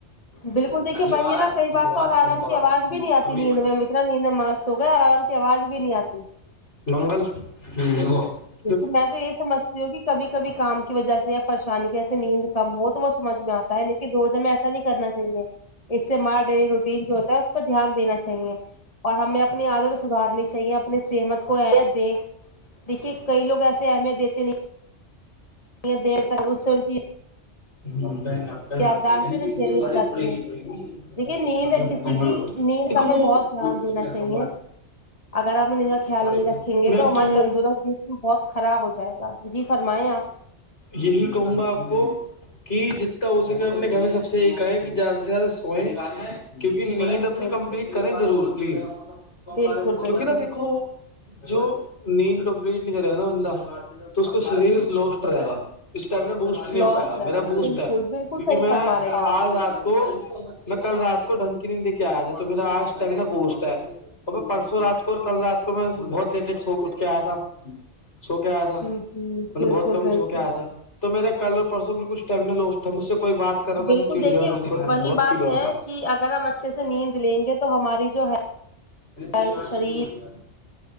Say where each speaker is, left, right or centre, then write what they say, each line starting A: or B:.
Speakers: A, on the left (about 30°); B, on the left (about 70°).
A: بالکل دیکھیے
B: شنیوار
A: وہی ہے نا کئی
B: اتوار
A: بار تو الارم
B: سوموار
A: کی آواز بھی نہیں آتی
B: روی
A: نیند
B: واہ
A: میں ہم اتنا نیند میں مست ہو گئے الارم کی آواز بھی نہیں آتی
B: منگل ہ
A: دیکھین میں تو یہ سمجھتی ہوں کہ کبھی کبھی کام کی وجہ سے پریشانی کیسے نیند کم ہو تو وہ سمجھ میں آتا ہے لیکن روزم میں ایسا نہیں کرنا چاہیے اس سے ہمارا ڈیلی روٹین جو ہوتا ہے اس پر دھیان دینا چاہیے اور ہمیں اپنی عادت سدھارنی چاہیے اپنے شہد کو اہمیت دیں دیکھیے کئی لوگ ایسے اہمیت دیتے نہیں نہیں بہت دیر تک میں سوئی ہی تھی
B: منڈی ہے
A: یادداشت
B: یعنی
A: جو ہے
B: کہ
A: نا
B: اس
A: جھیلنی
B: دن بارش
A: پڑ جاتی
B: پڑے
A: ہیں
B: گیڑی
A: دیکھیے نیند
B: جنگل
A: کسی کی نیند
B: دیکھو
A: کا ہمیں بہت دھیان
B: ب کھ
A: دینا
B: میں سار
A: چاہیے
B: سار
A: اگر ہم
B: میں
A: ان کا
B: بت
A: خیال
B: بارش
A: نہیں رکھیں
B: ہے
A: گے
B: میں
A: ہمارا
B: تو
A: تندرست جسم بہت خراب ہو جائے گا جی فرمائیں آپ
B: یہی کہوں گا آپ کو کہ جتنا ہو سکے اپنے گھر میں سب سے یہ کہا کہ زیادہ سے زیادہ سوئیں کیونکہ نیند نیند اپنی
A: بالکل
B: کمپلیٹ کریں ضرور پلیز کیونکہ
A: بالکل بالکل
B: نہا دیکھو جو نیند کمپلیٹ نہیں کرے نا بندہ تو اس کا شریر لوسٹ رہے گا اس ٹائم نے بو نہیں
A: لوس
B: ہو پائے گا
A: رہ
B: میرا
A: رہا
B: بوسٹ
A: بالکل
B: ہے
A: بالکل
B: کیونکہ
A: صحیح
B: میں
A: فرما رہے ہیں
B: آج
A: آپ
B: رات کو میں کل رات کو ڈنگ کی نیند دے کے آیا تھا تو میرا آج شریر بوسٹ ہے اور میں پرسوں رات کو اور کل رات کو میں بہت لیٹٹ سو اٹھ کے آیا تھا سو کے آیا تھا
A: ج جی
B: مطلب
A: بالکل
B: بہت کم
A: بالکل
B: سو کے آیا تھا تو میرا کل اور پرسوں بالکل سٹمنا لاسٹ تھا مجھ سے کوئی بات کرا
A: بالکل
B: تھا میں چڑ
A: دیکھیے وہی
B: بہت
A: بات
B: فیل ہو رہا
A: ہے
B: تھا
A: کہ اگر ہم اچھے سے نیند لیں گے تو ہماری جو
B: اے
A: ہیلتھ
B: شنیوار سے
A: شریر
B: شرع ہو گیا